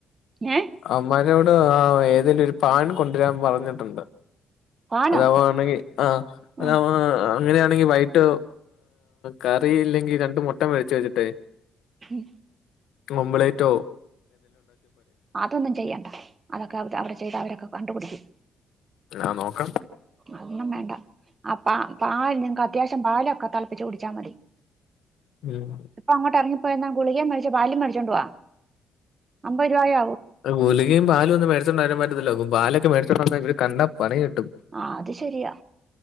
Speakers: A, on the right; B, on the left.
A: ഏ
B: അവമ്മാരോട് ആ ഏതേലു ഒരു പാൻ കൊണ്ടുവരാൻ പറഞ്ഞിട്ടൊണ്ട്
A: ഫാനോ
B: അതവാണെങ്കീ ആ അതവാ
A: ഉം
B: അങ്ങനെയാണെങ്കി വൈട്ട് കറി ഇല്ലെങ്കി രണ്ട് മൊട്ട പൊരിച്ചു വച്ചിട്ടേ
A: ഉം.
B: മുമ്പ്ളേറ്റോ
A: അതൊന്നും ചെയ്യണ്ട, അതൊക്കെ അവടെ ചെയ്താ അവരൊക്കെ കണ്ടുപിടിക്കും.
B: ആ നോക്കാം.
A: അതൊന്നും വേണ്ട ആ പ പാൽ നിങ്ങക്ക് അത്യാവശ്യം പാലൊക്കെ തെളപ്പിച്ച് കുടിച്ചാ മതി.
B: ഉം
A: പ്പങ്ങേട്ടെറങ്ങി ആ ഗുളികേം മേടിച്ച് പാലും മേടിച്ചോണ്ട് വാ, അമ്പത് രൂപായോ
B: ഗുലികേം പാലൊന്നും മേടിച്ചോണ്ടെരാൻ പറ്റത്തില്ല, പാലൊക്കെ മേടിച്ചോണ്ടന്നാ ഇവര് കണ്ടാ പണികിട്ടും.
A: ആ അത് ശെരിയാ.